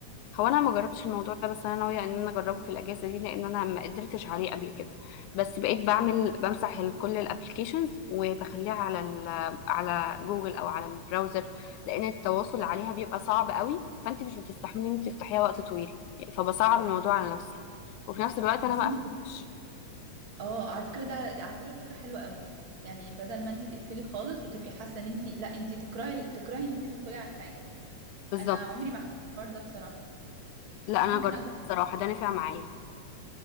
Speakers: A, on the left (about 85°); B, on the right (about 40°).
A: هو انا ما جربتش الموضوع ده بس انا ناويه ان انا اجربه في الاجازه دي لان انا ما قدرتش عليه قبل كده بس بقيت بعمل بمسح ال- كل الابلكيشنز وبخليها على ال على جوجل او على البراوزر لان التواصل عليها بيبقى صعب قوي فانت مش بتستحملي ان انت تفتحيها وقت طويل فبصعب الموضوع على نفسي وفي نفس الوقت انا
B: بس
A: ما
B: انت
A: قفلتش
B: بت... اه على فكره ده على فكره فكره حلوه قوي يعني بدل ما انت تقفلي خالص وتبقي حاسه ان انت لا انت تكرهي تكرهي ان انت تدخلي على الحاجه
A: بالظبط
B: انا عمري ما عملت الحوار ده بصراحه
A: لا انا
B: ممكن
A: جربت
B: أج...
A: الصراحه ده نفع معايا